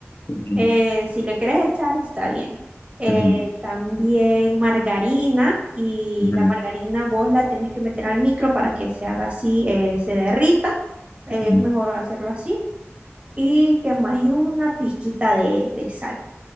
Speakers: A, on the left; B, on the right.
A: ujú,
B: eh, si le quieres echar, está bien. Eh,
A: ujú,
B: también margarina y
A: ujú,
B: la margarina vos la tenés que meter al micro para que se haga así, eh, se derrita. Eh,
A: ujú.
B: es mejor hacerlo así. Y que más y una pizquita de, de sal.